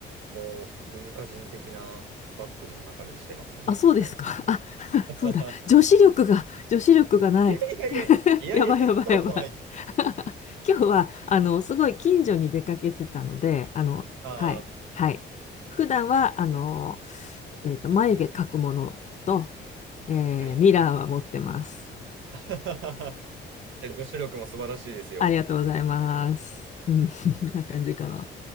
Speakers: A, on the right (about 80°); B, on the left (about 35°).
A: う、もう文化人的なバッグの中身してますね、
B: あ、そうですか。
A: あやさん。
B: あ、<laughs>
A: <laughs>
B: そうだ。女子力が、女子力がない。
A: いやいやいや、いやいや、
B: やばいやばいやばい。
A: そんなことないです。
B: <laughs> 今日は、あの、すごい近所に出かけてたので、あの、
A: あー
B: はい、はい。普段は、あの、えっと、眉毛描くものと、えーミラーは持ってます。
A: はい。<laughs> え女子力も素晴らしいですよ。
B: ありがとうございます。うん、<laughs> そんな感じかな。